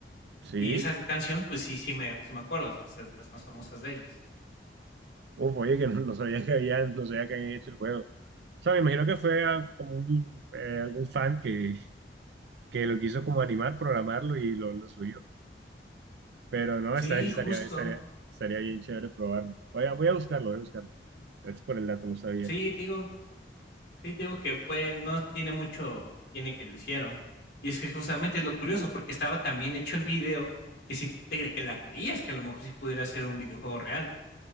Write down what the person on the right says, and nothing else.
Sí,
Uf, oye, que no, no sabía que habían, no sabía que habían hecho el juego. O sea, me imagino que fue a- como un, eh, algún fan que, que lo quiso como
animar, programarlo y lo, lo subió. Pero no,
esta- estaría,
estaría, estaría bien chévere probarlo. Voy a, voy a buscarlo, voy a buscarlo. Gracias por el dato, no sabía.